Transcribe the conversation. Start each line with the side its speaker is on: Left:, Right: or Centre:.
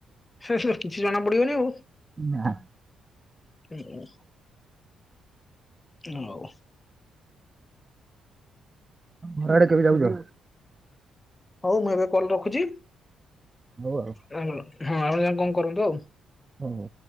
Left: ସେ କିଛି ଜଣା ପଡିବନି ଆଉ।
Right: ନା।
Left: ହୁଁ ହୁଁ। ଉଁ ହଉ।
Right: ଘର ଆଡେ କେବେ ଯାଉଚ?
Left: ହଉ ମୁଁ ଏବେ କଲ୍ ରଖୁଚି।
Right: ହଉ ଆଉ
Left: ହଁ ଆପଣ ଯାଇଁ କଣ କରନ୍ତୁ ଆଉ।
Right: କହୁନୁ?